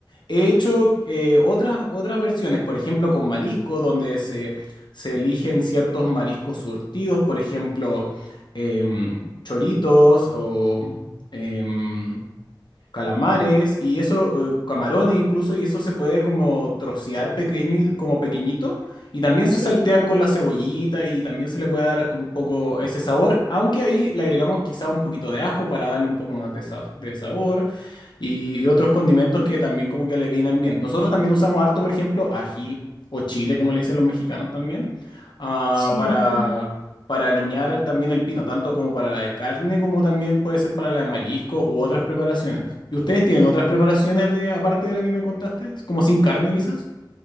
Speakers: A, on the left; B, on the right.
A: he hecho eh, otras, otras versiones, por ejemplo, con marisco, donde se, se eligen ciertos mariscos surtidos, por ejemplo, em, choritos o... em, calamares y eso, eh, camarones incluso, y eso se puede como trocear pequeño, y- como pequeñito, y también
B: sí,
A: se saltean con la cebollita y también se le puede dar un poco ese sabor, aunque ahí le agregamos quizá un poquito de ajo para darle un poco más de, sa- de sabor, y otros condimentos que también como que le vienen bien. Nosotros también usamos harto, por ejemplo, ají o chile, como le dicen los mexicanos también, ah,
B: sí,
A: para,
B: ají.
A: para aliñar también el pino, tanto como para la de carne, como también puede ser para la de marisco u otras preparaciones. ¿Y ustedes tienen otras preparaciones de, aparte de la que me contaste? ¿Como sin carne quizás?